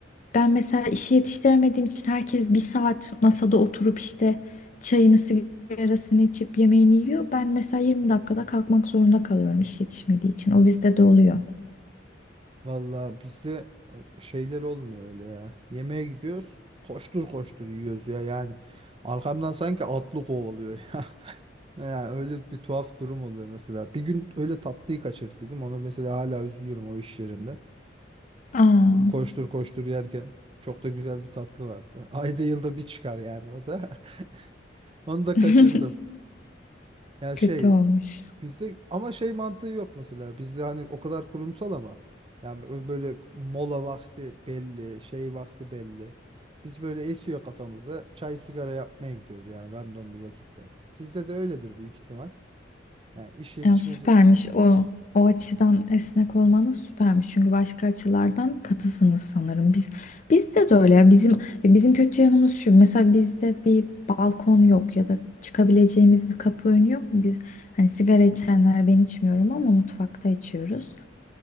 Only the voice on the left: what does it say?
ben mesela işi yetiştiremediğim için herkes bir saat masada oturup işte çayını sigarasını içip yemeğini yiyor. Ben mesela 20 dakikada kalkmak zorunda kalıyorum iş yetişmediği için. O bizde de oluyor.
Aa,
<laughs>
kötü olmuş.
Ya süpermiş o. O açıdan esnek olmanız süpermiş. Çünkü başka açılardan katısınız sanırım. Biz bizde de öyle ya. Bizim bizim kötü yanımız şu. Mesela bizde bir balkon yok ya da çıkabileceğimiz bir kapı önü yok. Biz hani sigara içenler ben içmiyorum ama mutfakta içiyoruz.